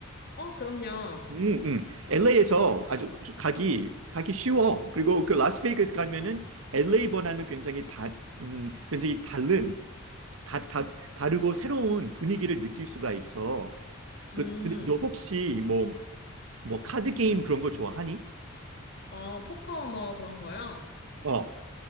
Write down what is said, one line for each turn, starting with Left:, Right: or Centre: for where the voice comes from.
Left: 어, 그럼요.
Right: 음, 음. LA에서 아주 가기 가기 쉬워. 그리고 그 라스베이거스 가면은 LA 번화는 굉장히 다 음, 굉장히 다른 다, 다 다르고 새로운 분위기를 느낄 수가 있어. 그,
Left: 음,
Right: 근데 너 혹시 뭐 뭐 카드 게임 그런 거 좋아하니?
Left: 어, 포커 뭐 그런 거요?
Right: 어.